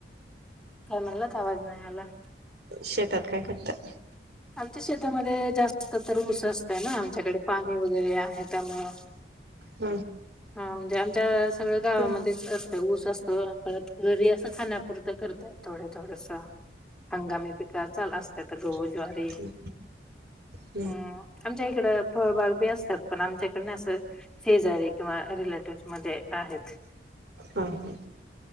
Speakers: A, in the centre; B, on the right (about 65°).
A: काय म्हणलात आवाज नाही आला.
B: शेतात काय करता?
A: आता शेतामध्ये जास्त तर ऊस असतय ना आमच्याकडे पाणी वगैरे आहे त्यामुळं
B: ह.
A: हा म्हणजे आमच्या सगळ्या गावामध्येच
B: हम्
A: असतं ऊस अस तं हो परत रियाचा खाण्यापुर करताय थोडं थोडसा हंगामी पिक्याचल असत्या तर गहू
B: हम्म
A: ज्वारी
B: हम्म.
A: हम्म, आमच्या इकडं फळबाग बी असतात पण आमच्या इकडे ना असं शेजारी किंवा रिलेटिव्ह मध्ये आहेत.
B: हम्म हम्म.